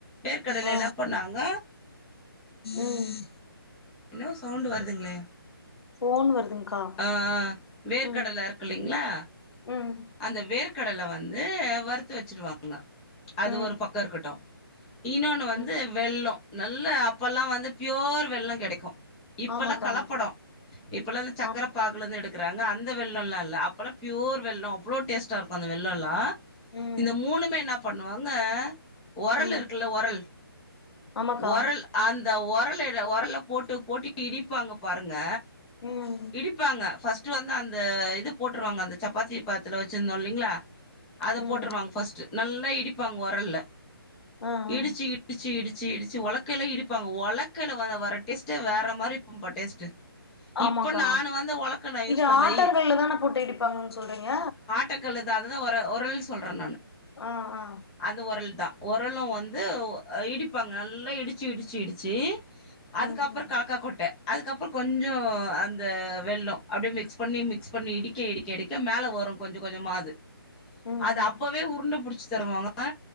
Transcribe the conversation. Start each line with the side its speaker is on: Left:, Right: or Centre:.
Centre: வேர்க்கடலையென்னாப்
Left: ஆ
Centre: பண்ணாங்க
Left: ம்
Centre: என்னோ சவுண்டு வருதுங்களே
Left: போன் வருதுங்க்கா
Centre: ஆ வேர்க்கடல
Left: ம்
Centre: இருக்கு இல்லைங்களா
Left: உம்
Centre: அந்த வேர்க்கடல வந்தூ வறுத்து வச்சிருவாங்க அது
Left: ம்
Centre: ஒரு பக்கொ இருக்கட்டு இன்னோன்னு வந்து
Left: ம்
Centre: வெள்ளோ நல்ல அப்பெல்லா வந்து பியோர் வெள்ளொ கெடைக்கூ இப்பெல்லா
Left: ஆமாக்கா
Centre: கலப்படோ
Left: ஆமாக்கா
Centre: இப்பெல்லா இந்த சக்கர
Left: ஆ
Centre: பாக் குலந்து எடுக்குறாங்க அந்த வெள்ளொல்லா இல்ல அப்பொலா பியூர் வெள்ளொ அவ்ளோ டேஸ்டா இருக்கு அந்த வெள்ளொல்லா
Left: ம்
Centre: இந்த மூணுமே என்னாப் பண்ணுவாங்க ஒரலிருக்குல
Left: ம்
Centre: ஒரல்
Left: ஆமாக்கா
Centre: ஒரல் அந்த ஒரலெடு ஒரல போட்டு போட்டு இடிப்பாங்க பாருங்க
Left: ம்
Centre: இடிப்பாங்க ஃபஸ்ட்டு வந்து அந்த இது போட்ருவாங்க அந்த சப்பாத்தி பத்துல வச்சிந்தோ இல்லைங்ளா அத
Left: ம் ம்
Centre: போட்ருவாங்க ஃபர்ஸ்ட்டு நல்லா இடிப்பாங்க ஒரல்ல
Left: ஆ ஆ
Centre: இடிச்சி இ இடிச்சி இடிச்சி இடிச்சி ஒலக்கைல இடிப்பாங்க ஒலக்கைல வல வர டேஸ்ட்டே வேற மாரி இப்பா டேஸ்ட்டு
Left: ஆமாக்கா
Centre: இப்ப நானு வந்து ஒலக்கல்ல யூஸ்
Left: இது
Centre: பண்றே
Left: ஆட்டாங்கல்ல
Centre: இ
Left: தான போட்டு இடிப்பாங்கன் சொல்றிங்க
Centre: டக்கல்லுதா அதுதா ஒர ஒரல் சொல்ற நானு
Left: ஆஹ் ஆ
Centre: அது ஒரல்தா ஒரலூ வந்துவ் இடிப்பாங்க நல்லா இடிச்சி இடிச்சி இடிச்சி அதுக்கப்றொ
Left: ம் ம்
Centre: கலக்கா கொட்ட அதுக்கப்றொ கொஞ்சோ அந்த வெள்ளொ அப்டியே மிக்ஸ் பண்ணி மிக்ஸ் பண்ணி இடிக்க இடிக்க இடிக்க மேல வரு கொஞ்ச கொஞ்சமாது
Left: ம்
Centre: அது
Left: ம்
Centre: அப்பவே உருண்ட புடிச்சி தருவாங்க